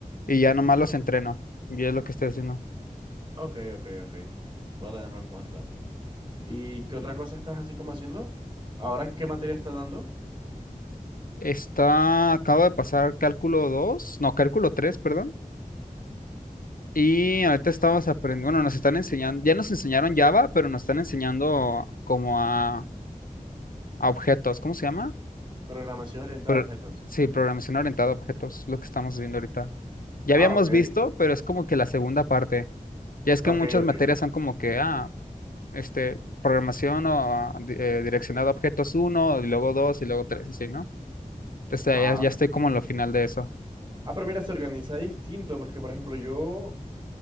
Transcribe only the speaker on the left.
y ya nomás los entreno, y es lo que estoy haciendo.
Está, acabo de pasar cálculo 2 no, cálculo 3 perdón. Y ahorita estamos aprendiendo, bueno, nos están enseñando, ya nos enseñaron Java, pero nos están enseñando como a, a objetos, ¿cómo se llama?
Pro-
sí, programación orientada a objetos, lo que estamos viendo ahorita. Ya
habíamos
visto, pero es como que la segunda parte. Ya es
que muchas
materias son como que, ah, este, programación o ah, di- eh, direccionada a objetos uno y luego 2 y luego 3 así, ¿no? Entonces
ya, ya estoy como en lo final de eso.